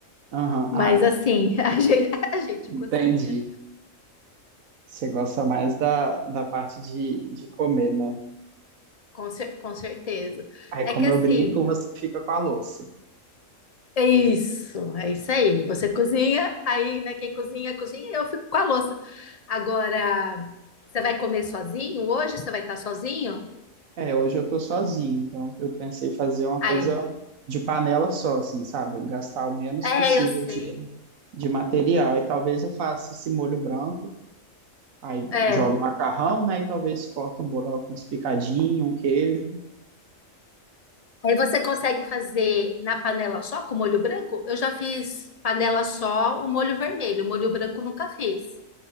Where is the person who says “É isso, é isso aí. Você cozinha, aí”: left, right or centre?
Left